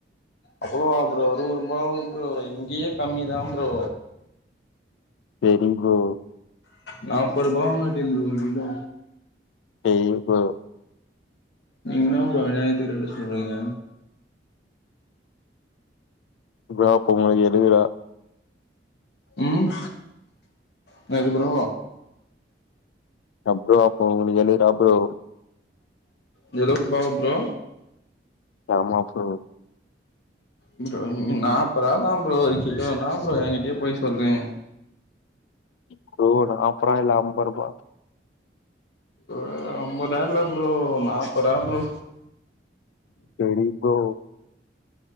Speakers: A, on the left; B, on the left.
A: அவ்வளோ ப்ரோ அருவருபாவ ப்ரோ இங்கயே கம்மிதா ப்ரோ
B: சரிங்கோ
A: நாற்பது ரூபாவாகாட்டியு இந்த ஒரு கிலோ
B: ஏ ப்ரோ
A: நீங்க என்னா பா அநியாயத்துக்கு ரெண்டு சொல்றீங்க
B: வாக்கோ உங்களுக்கு எடுக்குதா
A: ம் என்னது ப்ரோ
B: அப்புறம் ப்ரோ உங்களுக்கு எழுவருவா ப்ரோ
A: நிலோக் பாவ ப்ரோ
B: ஆமா ப்ரோ
A: ப்ரோ நாற்பறவாதா ப்ரோ ஒரு கிலோ என்னா ப்ரோ என்கிட்டயே போய் சொல்ரிங்க
B: ப்ரோ நாபருவா இல்ல அம்பறுவா
A: ப்ரோ அம்பறுவா இல்ல ப்ரோ நாபருவா ப்ரோ
B: சரி ப்ரோ